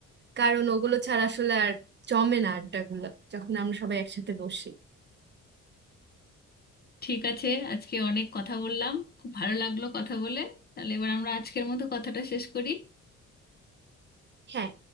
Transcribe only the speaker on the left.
ঠিক আছে আজকে অনেক কথা বললাম খুব ভালো লাগলো কথা বলে তাহলে এবার আমরা আজকের মতো কথাটা শেষ করি